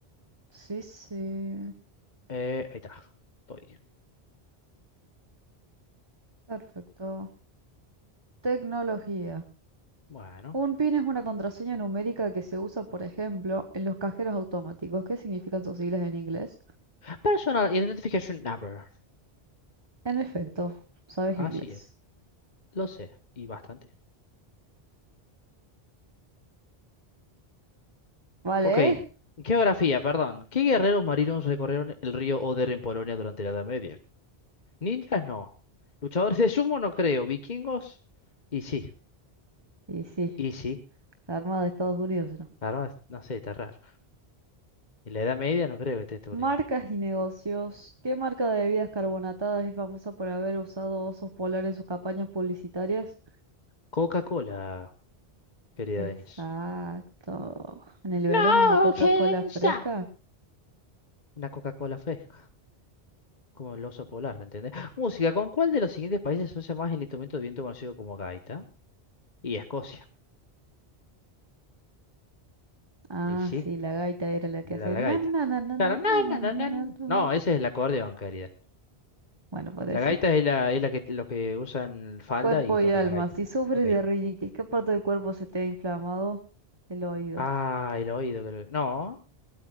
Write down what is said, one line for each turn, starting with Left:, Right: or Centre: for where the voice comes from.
Right: Sí, sí.
Left: Eh, ahí está. Estoy.
Right: Perfecto. Tecnología.
Left: Bueno.
Right: Un PIN es una contraseña numérica que se usa, por ejemplo, en los cajeros automáticos. ¿Qué significan sus siglas en inglés?
Left: Personal Identification Number.
Right: En efecto, sabes
Left: Así
Right: inglés.
Left: es. Lo sé. Y bastante.
Right: ¿Vale?
Left: Ok.
Right: ¿eh?
Left: Geografía, perdón. ¿Qué guerreros marinos recorrieron el río Oder en Polonia durante la Edad Media? Ninjas no. Luchadores de sumo no creo. Vikingos. Y sí.
Right: Y sí,
Left: Y sí.
Right: la Armada de Estados Unidos.
Left: Claro, no sé, está raro. En la Edad Media no creo que esté Estados
Right: Marcas
Left: Unidos.
Right: y negocios. ¿Qué marca de bebidas carbonatadas es famosa por haber usado osos polares en sus campañas publicitarias?
Left: Coca-Cola. querida
Right: Exacto.
Left: Denise.
Right: En el verano
Left: No
Right: una Coca-Cola
Left: can
Right: fresca.
Left: stop. Una Coca-Cola fresca, como el oso polar, ¿entendés? Música, ¿con cuál de los siguientes países se usa más el instrumento de viento conocido como gaita? Y Escocia.
Right: Ah,
Left: Y sí,
Right: sí, la gaita era la
Left: la,
Right: que hace
Left: la gaita.
Right: na na na na
Left: Claro,
Right: na
Left: na,
Right: na na
Left: na, na,
Right: na
Left: na, na.
Right: na, na, na.
Left: No, ese es el acordeón, querida.
Right: Bueno, parecido.
Left: La gaita es la, es la que los que usan falda
Right: Cuerpo
Left: y
Right: y
Left: tocan
Right: alma.
Left: la gaita.
Right: Si sufres
Left: Ok.
Right: de rinitis, ¿qué parte del cuerpo se te ha inflamado? El oído,
Left: Ah, el oído, creo. No,